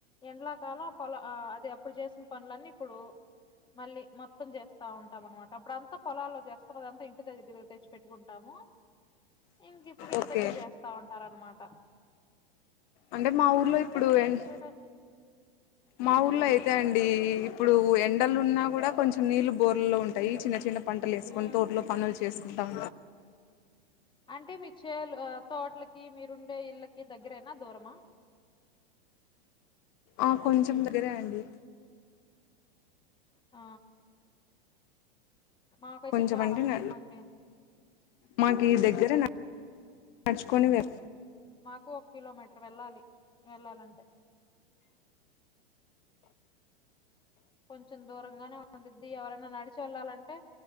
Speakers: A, on the left (about 15°); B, on the left (about 50°).
A: ఎండాలాకాలం పొల అది అప్పుడు చేసిన పనులన్నీ ఇప్పుడు మళ్ళీ మొత్తం చేస్తా ఉంటాం. అనమాట అప్పుడంతా పొలాల్లో చేస్తాము. అదంతా ఇంటి దగ్గర తెచ్చి పెట్టుకుంటాము. ఇంకిప్పుడు ఇంటి
B: ఓకే
A: దగ్గర చేస్తా ఉంటారు అన్నమాట
B: అంటే మా ఊర్లో ఇప్పుడు
A: మీ
B: ఎండ్
A: సైడు
B: మా ఊర్లో
A: ఉమ్
B: అయితే అండి ఇప్పుడు ఎండలు ఉన్నా కూడా కొంచెం నీళ్లు బోర్లలో ఉంటాయి. చిన్న చిన్న పంటలేసుకొని
A: ఆ
B: తోటిలో పనులు చేసుకుంటం
A: అంటే మీ చేలు తోటలకి మీరుండే ఇళ్ళకి దగ్గరేనా దూరమా
B: ఆ కొంచెం దగ్గరే అండి.
A: ఆ మాకైతే
B: కొంచంమంటే
A: చాలా దూరం
B: న
A: అండి
B: మాకి ఈ దగ్గర నడ్ చ్ నడుచుకొని వెల్
A: మాకు ఒక కిలోమీటర్ వెళ్ళాలి. వెళ్ళాలంటే కొంచెం దూరంగానే ఉంద్ది ఎవరైనా నడిచి వెళ్ళాలంటే